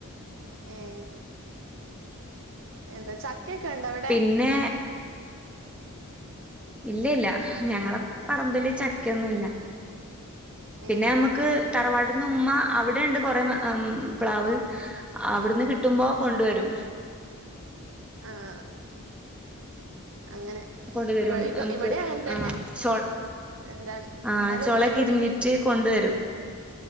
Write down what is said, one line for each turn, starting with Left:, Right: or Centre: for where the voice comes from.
Right: ഏഹ്. എന്താ ചക്കയ്ക്കെ ഉണ്ടോ അവിടെ?
Centre: പിന്നേ. ഇല്ല ഇല്ല ഞങ്ങളെ പടമ്പില് ചക്കയൊന്നുല്ല. പിന്നെ
Right: ഏ
Centre: നമ്മുക്ക് തറവാട്ട്ന്ന് ഉമ്മ അവിടെണ്ട് കുറേ അം പ്ലാവ്. അവിടുന്ന് കിട്ടുമ്പോ കൊണ്ടുവരും
Right: ആഹ് ആഹ് അങ്ങനെ.
Centre: കൊണ്ടുവരും
Right: ഇവ ഇത്
Centre: നമുക്ക്
Right: ഇവിടെ അങ്ങനെ തന്നെ
Centre: ആഹ് ചോ
Right: എന്താ
Centre: ആഹ്
Right: ഇന്നലെ
Centre: ചോളെക്കെ
Right: ഉമ്മാന്റെ കൂടി
Centre: ഇരിഞ്ഞിട്ട്.
Right: വീ
Centre: കൊണ്ടുവരും.